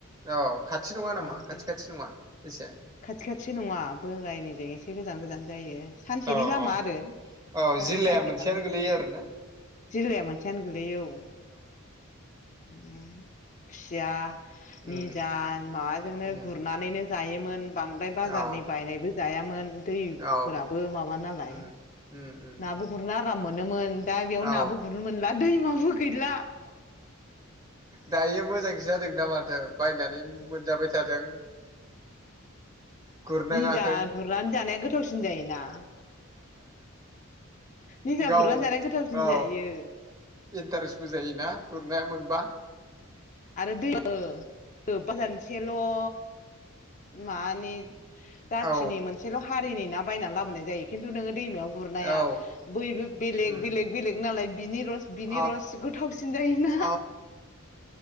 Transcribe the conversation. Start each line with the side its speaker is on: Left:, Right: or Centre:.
Right: औ खाथि नङा नामा
Left: ओमफ्राय
Right: खाथि खाथि नङा बेसे
Left: खाथि खाथि नङा बोरायनिजों इसे गोजान गोजान जायो सानसेनि
Right: औ
Left: लामा
Right: औ
Left: आरो।
Right: औ जिल्लाया
Left: सानसे
Right: मोनसेयानो
Left: थांलाय फैलाय
Right: गोलैयो आरोना।
Left: जिल्लाया मोनसेयानो गोलैयो औ । खुसिया
Right: उम
Left: निजा माबाजोंनो
Right: उम
Left: गुरनानैनो जायोमोन बांद्राय बाजारनि
Right: औ
Left: बायनायबो जायामोन दैफोराबो
Right: औ
Left: माबा नालाय
Right: उम उम उम
Left: नाबो
Right: उम
Left: गुरनो आराम मोनोमोन दा बेयाव
Right: औ
Left: नाबो गुरनो मोनला दैमाबो गैला
Right: दायो मोजांसो जादोंदा माथो बायनानै मोनजाबाय थादों गुरनाङाखै
Left: निजा गुरनानै जानाया गोथावसिन जायोना निजा
Right: गाव
Left: गुरनानै जानाया गोथावसिन
Right: औ
Left: जायो
Right: इन्टारेस्टबो जायोना ना गुरनाया मोनबा
Left: आरो दै <unintelligible> मानि जाथिनि
Right: औ
Left: मोनसेल' हारिनि ना बायनानै लाबोनाय जायो खिन्थु नोङो दैमायाव गुरनाया
Right: औ
Left: बैबो बेलेग
Right: उम
Left: बेलेग बेलेग नालाय बिनि रस बिनि
Right: औ
Left: रस गोथावसिन जायोना
Right: औ